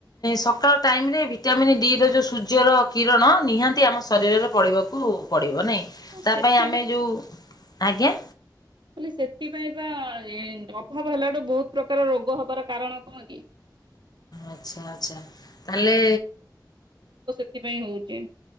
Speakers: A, on the left (about 60°); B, on the right (about 85°).
A: ସକାଳ ଟାଇମରେ ଭିଟାମିନ୍ ଡି ର ଯୋଉ ସୂର୍ଯ୍ୟର କିରଣ ନିହାତି ଆମ ଶରୀରରେ ପଡିବାକୁ ପଡିବ ନାଇଁ। ତା
B: ସେଥିପାଇଁ
A: ପାଇଁ ଆମେ ଯୋଉ ଆଜ୍ଞା।
B: ଖ ସେଥିପାଇଁ ବା ଅଭାବ ହେଲାଠୁ ବୋହୁତ ପ୍ରକାର ରୋଗ ହବାର କାରଣ କଣ କି?
A: ଆଚ୍ଛା ଆଚ୍ଛା ତାହଲେ
B: ସେଥିପାଇ ହଉଚି